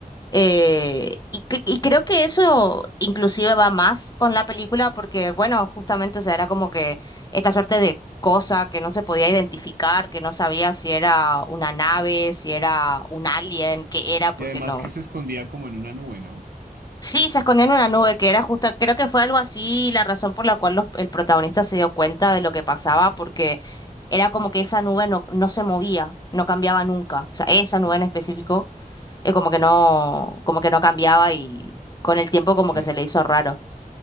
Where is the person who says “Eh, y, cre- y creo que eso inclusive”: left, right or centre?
Left